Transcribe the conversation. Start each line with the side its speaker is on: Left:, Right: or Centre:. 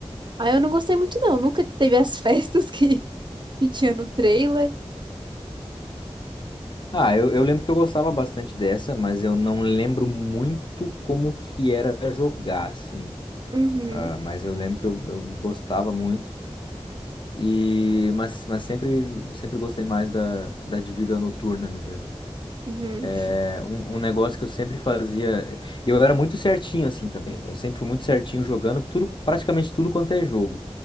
Right: Aí eu não gostei muito, não. Nunca teve as <laughs> festas que, que tinha no trailer.
Left: Ah, eu, eu lembro que eu gostava bastante dessa, mas eu não lembro muito como que era jogar, assim.
Right: Uhum,
Left: Ah, mas eu lembro que eu, eu gostava muito. E, mas, mas sempre, sempre gostei mais da, da de vida noturna mesmo.
Right: uhum,
Left: É um, um negócio que eu sempre fazia. e Eu era muito certinho assim também. Eu sempre fui muito certinho jogando tudo, praticamente tudo quanto é jogo.